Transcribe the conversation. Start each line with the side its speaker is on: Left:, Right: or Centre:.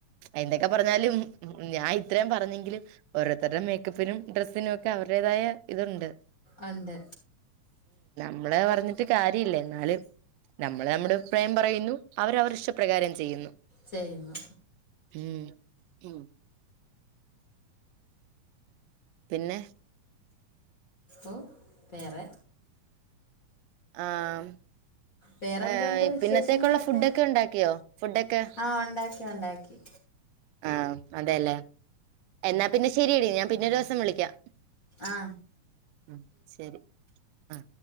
Right: എന്തൊക്കെ പറഞ്ഞാലും ഞാൻ ഇത്രയും പറഞ്ഞെങ്കിലും ഓരോരുത്തരുടെ മേക്കപ്പിനും ഡ്രെസ്സിനും ഒക്കെ അവരുടേതായ ഇതുണ്ട്
Left: ഒണ്ട്
Right: നമ്മളെ പറഞ്ഞിട്ട് കാര്യല്ല ന്നാലും നമ്മള് നമ്മുടെപ്രായം പറയുന്നു അവര് അവരുടെ ഇഷ്ടപ്രകാരം ചെയ്യുന്നു
Left: ചെയ്യുന്നു
Right: ഉം ഉം പിന്നെ
Left: ഓ വേറെ
Right: ആഹ്
Left: വേറെന്ദുണ്ട്
Right: ഏഹ്
Left: വിശേഷങ്ങളൊക്കെ
Right: പിന്നത്തേക്കുള്ള ഫുഡൊക്കെ ഉണ്ടാക്കിയോ ഫുഡൊക്കെ
Left: ആഹ ഒണ്ടാക്കിഒണ്ടാക്കി
Right: ആഹ അതെലേ എന്നാ പിന്നെ ശരിയടി ഞാൻ പിന്നെ ഒരോസം വിളിക്കാം
Left: ആ
Right: ഉം ശരി ആ